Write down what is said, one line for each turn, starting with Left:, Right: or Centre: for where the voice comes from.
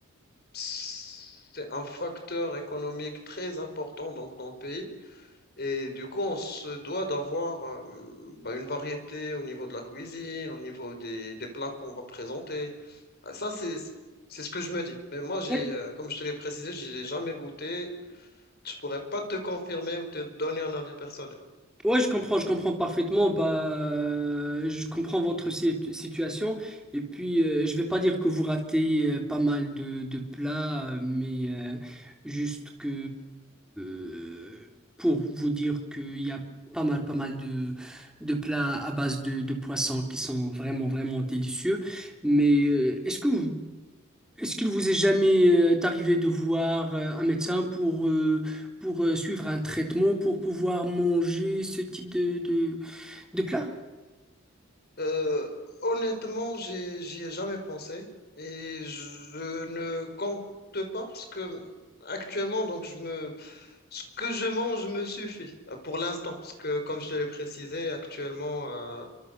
Left: c'est un facteur économique très important donc dans le pays et du coup on se doit d'avoir euh, bah, une variété au niveau de la cuisine, au niveau des, des plats qu'on va présenter. Ah, Ça c'est c'est ce que je me dis. Mais moi j'ai
Centre: Oui,
Left: euh, comme je te l'ai précisé, j'ai jamais goûté. Je pourrais pas te confirmer ou te donner un avis personnel.
Centre: Ouais, je comprends, je comprends parfaitement. Bah, euh, je comprends votre si- situation. Et puis, euh, je vais pas dire que vous ratez euh, pas mal de, de plats, euh, mais euh, juste que euh, pour vous dire qu'il y a pas mal, pas mal de, de plats à base de, de poissons qui sont vraiment, vraiment délicieux. Mais euh, est-ce que vous, est-ce qu'il vous est jamais euh, arrivé de voir euh, un médecin pour, euh, pour euh, suivre un traitement, pour pouvoir manger ce type de, de, de plat?
Left: Euh, honnêtement, j'ai j'y ai jamais pensé et je ne compte pas parce que actuellement donc je me Ce que je mange me suffit euh, pour l'instant, parce que comme je te l'ai précisé, actuellement, euh,